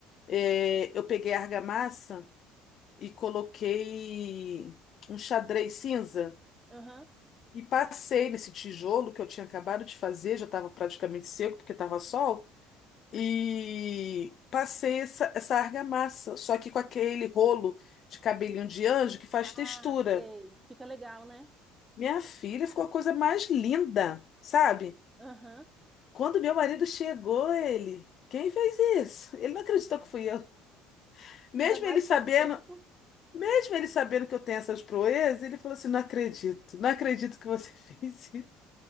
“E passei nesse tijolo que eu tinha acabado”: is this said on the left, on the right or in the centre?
Left